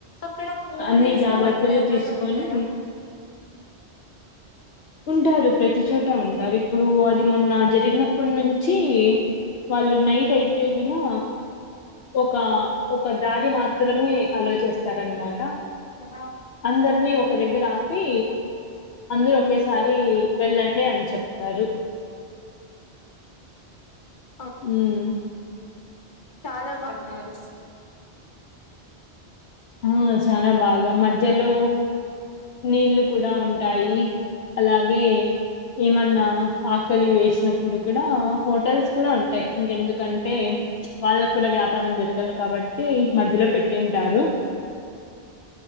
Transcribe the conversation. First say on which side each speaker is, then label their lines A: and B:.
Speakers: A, on the left; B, on the left.
A: అక్కడ పోలీసులు
B: అన్ని జాగ్రత్తలు
A: అట్లా ఎవ్వరు
B: తీస్కోని
A: ఉండరా
B: ఉంటారు ప్రతి చోటా ఉంటారిప్ ప్పుడు అది మొన్న జరిగినప్పుడు నుం చ్చి వాళ్ళు నైట్ అయితే వినా ఒక ఒక దారి మాత్రమే అలోచిస్ తరన్మాట
A: అ
B: అందర్ని ఒక దగ్గర ఆపి అందరూ ఒకేసారి వెళ్ళండి అని చెప్ అరు
A: స
B: మ్మ్
A: చాలా బాగున్నారు
B: ఆ చాలా బాగా మధ్యలో నీళ్ళు కూడా ఉంటాయి అలాగే ఏమన్ నాహ క్కలి వేసినప్పుడు కూడా హోటల్స్ కూడా ఉంటాయి ఇంకెందుకంటే వాళ్ళక్కూడా వ్యాప్ పరంజరగల కాబట్ టి మధ్యలో పెట్టింటారు